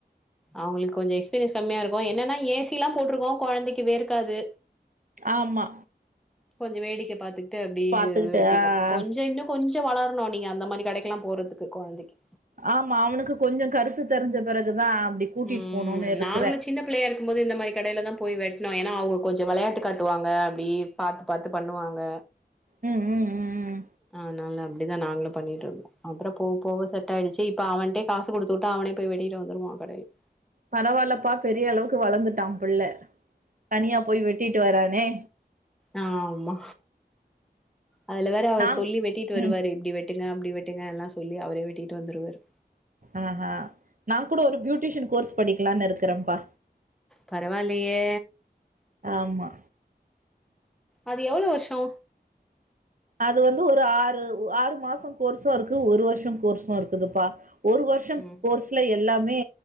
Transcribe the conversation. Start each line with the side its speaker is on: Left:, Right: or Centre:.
Centre: அவங்களுக்கு கொஞ்சோ எக்ஸ்பீரியன்ஸ் கம்மியா இருக்கு என்னன்னா ஏசி எல்லா போட்டுருக்கோ கொழந்தைக்கு வேர்க்காது
Right: ஆமா
Centre: கொஞ்சோ வேடிக்க பாத்துக்கிட்டு அப்டியே
Right: பாத்துக்கிட்டு
Centre: வெட்டிக்கு
Right: ஆ ஆ.
Centre: கொஞ்ச இன்னு கொஞ்ச வளரணு நீங்க அந்த மாரி கடைக்குல்லா போறதுக்கு கொழந்தைக்கு
Right: ஆமா அவனுக்கு கொஞ்ச கருத்து தெரிஞ்ச பெறகுதா அப்டி கூட்டிட்டு
Centre: ம்
Right: போணுன்னு இருக்குறே
Centre: நாங்களு சின்னப் பிள்ளையா இருக்குபோது இந்த மாரி கடையில தா போய் வெட்னு ஏன்னா அவங்க கொஞ்சோ வெளையாட்டு காட்டுவாங்க அப்டி பாத்து பாத்து பண்ணுவாங்க
Right: ம் ம் ம் ம் ம்
Centre: அ நல்லா அப்டிதா நாங்களு பண்ணிட்ருந்தோ அப்றோ போக போக செட் ஆயிடுச்சு இப்ப அவன்ட்டே காசு குடுத்துட்டா அவனே போய் வெட்டிட்டு வந்ருவா கடையில
Right: பரவால்லப்பா பெரிய அளவுக்கு வளந்துட்டா பிள்ள தனியா போய் வெட்டிட்டு வரானே
Centre: அ ஆமா அதுல வேற அவரு
Right: நாங்
Centre: சொல்லி வெட்டிட்டு வருவாரு
Right: ம்
Centre: இப்டி வெட் வெட்டுங்க அப்டி வெட்டுங்க எல்லா சொல்லி அவரே வெட்டிட்டு வந்துருவாரு
Right: அ ஹ நா கூட ஒரு பியூட்டிஷியன் கோர்ஸ் படிக்லான்னு இருக்றேப்பா
Centre: பரவால்லயே
Right: ஆமா
Centre: அது எவ்ளோ வருஷோ
Right: அது வந்து ஒரு ஆறு ஆறு மாச கோர்ஸு இருக்கு ஒரு வருஷ கோர்ஸு இருக்குதுப்பா ஒரு வரு சம்
Centre: ம்
Right: கோர்ஸ்ல எல்லாமே